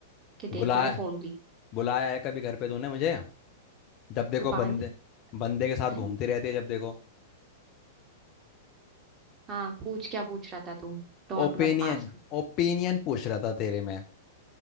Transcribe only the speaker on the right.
कि
देख मैंने फोन ली
तो बाहर
भी
अरे
हाँ पूछ क्या पूछ रहा था तू टोंट
मत मार